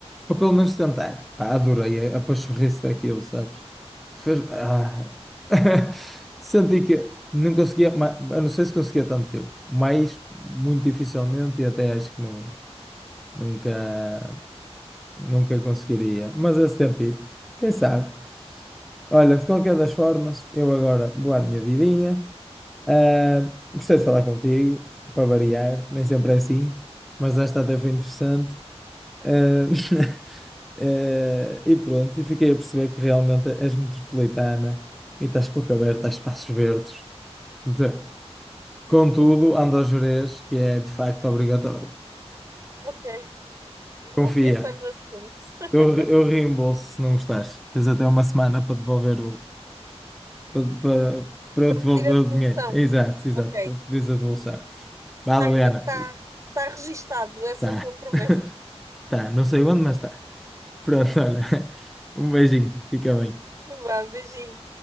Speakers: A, in the centre; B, on the right.
A: ou pelo menos tentar. Pá, adorei a, a pachorrice daquilo, sabes? Tipo, Fez, ah. <laughs> Senti que não conseguia, ma- eu não sei se conseguia tanto tempo, mas muito dificilmente e até acho que não, nunca, nunca conseguiria. Mas esse tempito, quem sabe? Olha, de qualquer das formas, eu agora vou à minha vidinha. Ah, gostei de falar contigo, para variar, nem sempre é assim, mas esta até foi interessante. Ah, <laughs> eh, e pronto, e fiquei a perceber que realmente és metropolitana e estás pouco aberta a espaços verdes. De- Contudo, ando a jurez que é de facto obrigatório.
B: Ok, vou
A: Confia,
B: pensar no assunto <laughs>
A: eu, re- eu reembolso se não gostares. Tens até uma semana para devolver o. para, para, para eu
B: para
A: devolver
B: pedir a devolução.
A: o dinheiro. Exato, exato,
B: Ok,
A: para pedires a devolução. Vá, Liliana.
B: está tá, tá registado essa
A: Tá,
B: tua promessa.
A: <laughs> tá, não sei onde, mas tá. Pronto, olha. <laughs> Um beijinho, fica bem.
B: Vá, beijinho.